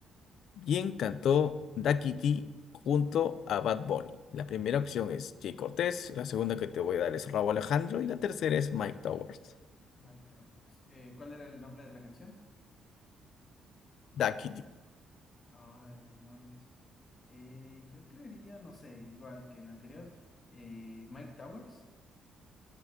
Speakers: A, on the left (about 70°); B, on the left (about 40°).
A: ¿Quién cantó Daquiti junto a Bad Bunny? La primera opción es Jay Cortés, la segunda que te voy a dar es Rauw Alejandro y la tercera es Mike Towers.
B: Mike Towers. Eh, ¿cuál era el nombre de la canción?
A: Daquiti.
B: Ah, de demonios. Eh, yo creería, no sé, igual que el anterior, eh, Mike Towers.